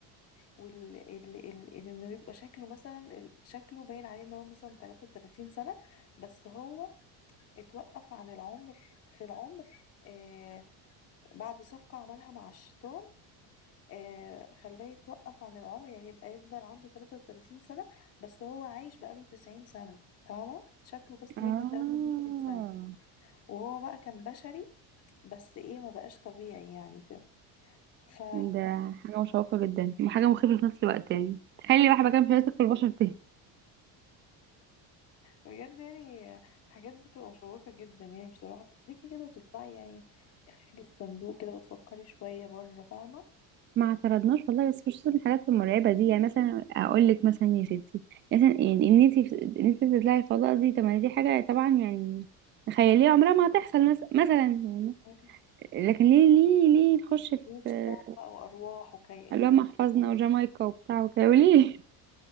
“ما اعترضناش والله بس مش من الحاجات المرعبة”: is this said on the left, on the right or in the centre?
Right